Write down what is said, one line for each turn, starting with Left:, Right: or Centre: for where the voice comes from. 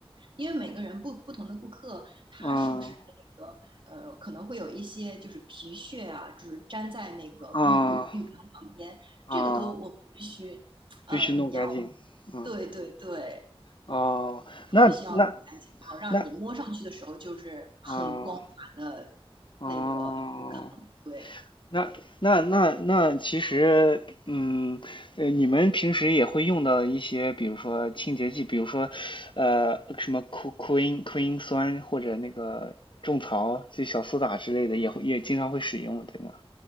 Right: 因为每个人不不同的顾客，他是不是那个呃，
Left: 嗯
Right: 可能会有一些就是皮屑啊，就是粘在那个浴浴缸旁边，
Left: 啊啊，
Right: 这个都我们必须呃要
Left: 必须弄干净。嗯
Right: 对对对，
Left: 哦，那那
Right: 必须要弄干净，好让你摸上去的时候就是很光滑的
Left: 那啊哦，
Right: 那个浴缸。对，
Left: 那那那那，其实，嗯，呃，你们平时也会用到一些，比如说清洁剂，比如说，呃，什么 Q Q 因 Q 因酸或者那个种草，就小苏打之类的，也会也经常会使用，对吗？